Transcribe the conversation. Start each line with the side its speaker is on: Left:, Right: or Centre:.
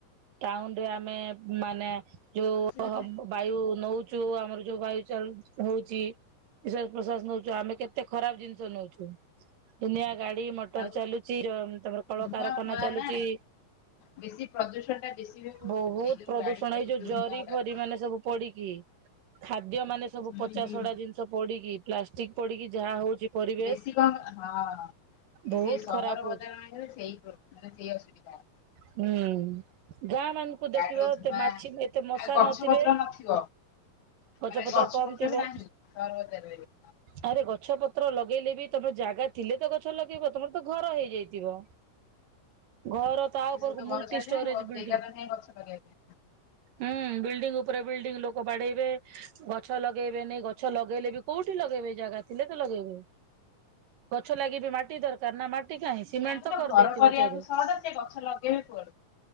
Right: ଟାଉନରେ ଆମେ ମାନେ ଯୋଉ
Left: ଅସୁବିଧା
Right: ବାୟୁ ନଉ ଚୁ ଆମର ଯୋଉ ବାୟୁ ଚାଳ ହଉଛି ନିଶ୍ୱାସ ପ୍ରଶ୍ୱାସ ନଉ- - ଆମେ କେତେ ଖରାପ ଜିନିଷ ନଉଛୁ। ଦୁନିଆ ଗା ଏ ମଟର
Left: ଆଉ
Right: ଚାଲୁଛି ତଳ ତଳ
Left: ଧୂଆଁ
Right: କାରଖାନା
Left: ଫୁଆଁ
Right: ଚାଲୁଛି।
Left: ନା ବେଶୀ ପ୍ରଦୂଷଣ ଟା ବେଶୀ ହୁଏ କୋଉଥିରୁ
Right: ବହୁତ
Left: ସେଇ ଯୋଉ
Right: ପ୍ରଦୂଷଣ
Left: ଗାଡି ଫାଡି
Right: ଏଇ ଯୋଉ ଜରି
Left: ଧୂଆଁ ଗୁଡାକ।
Right: ଫରି ମାନେ ସବୁ ପୋଡିକି ଖାଦ୍ୟ ମାନେ ସବୁ
Left: ହୁଁ
Right: ପଚାସଡା
Left: ହୁଁ।
Right: ଜିନିଷ ପୋଡିକି ପ୍ଲାଷ୍ଟିକ ପୋ ଡିକି ଯାହା ହଉଛି ପରିବେଶ
Left: <inaudible> କନ ହଁ
Right: ବହୁତ
Left: <inaudible> ସହର
Right: ଖରାପ ହଉଛି
Left: ବଜାରରେ ସେଇ ମାନେ ସେଇ ଅସୁବିଧା
Right: ହୁଁ ଗାଁ ମାନଙ୍କୁ
Left: ଗାଡିର
Right: ଦେଖିବ
Left: ଧୂଆଁ
Right: ଏତେ ମାଛି କି ଏତେ ମଶା
Left: ଆଉ ଗଛ
Right: ନଥିବେ।
Left: ପତ୍ର ନଥିବ
Right: ଗଛ
Left: ମାନେ
Right: ପତ୍ର
Left: ଗଛପତ୍ର
Right: କମ ଥିବ
Left: ବି ନାହିଁ ସହର ବଜାର ରେ
Right: ଆରେ ଗଛ ପତ୍ର ଲଗେଇଲେ ବି ତମର ଜାଗା ଥିଲେ ତ ଗଛ ଲଗେଇବ ତମର ତ ଘର ହେଇଯାଇଥିବ। ଘର ତା
Left: ସେ
Right: ଉପରକୁ
Left: ସବୁ ତ ଘର
Right: ମୁଲ୍ଟି
Left: ଚାଲିଲାଣି
Right: ଷ୍ଟୋରେଜ ବିଲ୍ଡିଂ।
Left: ଯେଗା ଟ ନାହିଁ ଗଛ ଲଗେଇ ବା ପାଇଁ।
Right: ହୁଁ ବିଲ୍ଡିଙ୍ଗ ଉପରେ ବିଲ୍ଡିଂ ଲୋକ ବାଡେଇବେ ଗଛ ଲଗେଇବେନି ଗଛ ଲଗେଇଲେ ବି କୋଉଠି ଲଗେଇବେ ଜାଗା ଥିଲେ ତ ଲଗେଇବେ। ଗଛ ଲାଗି ବି ମାଟି ଦରକାର ନା ମାଟି କାହିଁ ସିମେଣ୍ଟ
Left: ତାଙ୍କୁ
Right: ତ କରିଦେଇଥ
Left: ଘର କରିବାକୁ
Right: ବ ଚାରେ
Left: ସହଜ ସେ ଗଛ ଲଗେଇବେ କୁଆଡୁ।